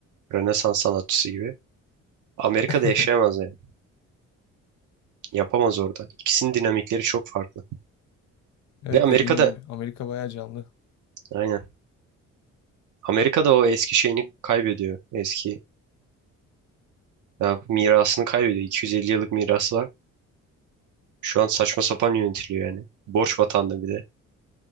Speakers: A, on the right; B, on the left.
A: Rönesans sanatçısı gibi. Amerika'da
B: <laughs>
A: yaşayamaz yani. Yapamaz orada. İkisinin dinamikleri çok farklı.
B: Evet
A: Ve Amerika'da
B: dediğin gibi Amerika bayağı canlı.
A: aynen. Amerika'da o eski şeyini kaybediyor. Eski ya, mirasını kaybediyor. 250 yıllık mirası var. Şu an saçma sapan yönetiliyor yani. Borç vatanda bir de.